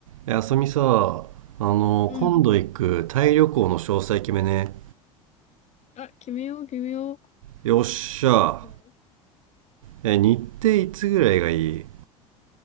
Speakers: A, on the right; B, on the left.
A: えあさみさあの今度行くタイ旅行の詳細決めね
B: うん。あ、決めよう、決めよう。
A: よっしゃ
B: じゃあ、
A: え日程いつぐらいがいい